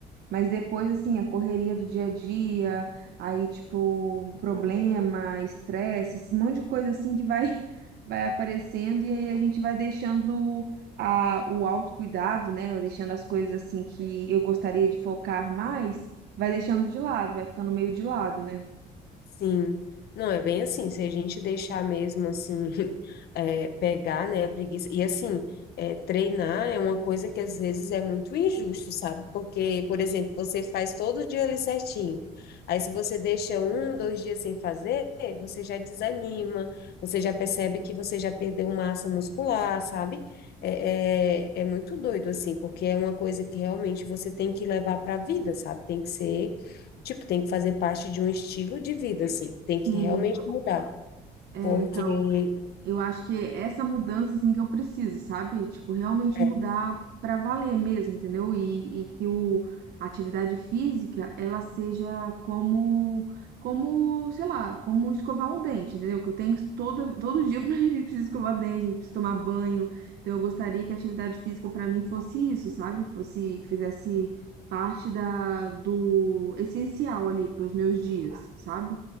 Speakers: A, on the right; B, on the left.
A: Mas depois, assim, a correria do dia a dia, aí, tipo, problema, estresse, esse monte de coisa, assim, que vai, <laughs> vai aparecendo e aí a gente vai deixando a, o autocuidado, né? Ou deixando as coisas, assim, que eu gostaria de focar mais, vai deixando de lado, vai ficando meio de lado, né?
B: Sim, não é bem assim. Se a gente deixar mesmo assim, <laughs> é, pegar, né, a preguiça. E assim, é, treinar é uma coisa que às vezes é muito injusto, sabe? Porque, por exemplo, você faz todo dia ali certinho. Aí, se você deixa um, dois dias sem fazer, você já desanima, você já percebe que você já perdeu massa muscular, sabe? É, é, é muito doido, assim, porque é uma coisa que realmente você tem que levar para a vida, sabe? Tem que ser. Tipo, tem que fazer parte de um estilo de vida, assim. Tem
A: Sim,
B: que realmente mudar.
A: é,
B: Porque.
A: então. Eu acho que é essa mudança assim que eu preciso, sabe? Tipo, realmente
B: é,
A: mudar pra valer mesmo, entendeu? E, e que o, a atividade física ela seja como como, sei lá, como escovar um dente, entendeu? Que eu tenho que toda todo dia <laughs> pra gente precisa escovar dente, a gente precisa tomar banho. Então eu gostaria que a atividade física pra mim fosse isso, sabe? Fosse fizesse parte da do essencial ali pros meus dias, sabe?